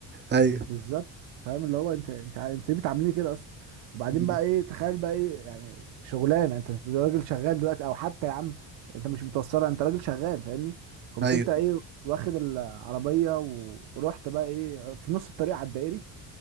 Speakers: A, on the right (about 25°); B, on the right (about 85°).
A: ايوه
B: بالظبط فاهم اللي هو انت انت ع- انت ليه بتعامليني كده اصلا وبعدين
A: مم.
B: بقى ايه تخيل بقى ايه يعني شغلانه انت راجل شغال دلوقتي او حتى يا عم انت مش متوصله انت راجل شغال فاهمني قمت
A: ايوه
B: انت ايه واخد العربيه و- ورحت بقى ايه في نص الطريق على الدائري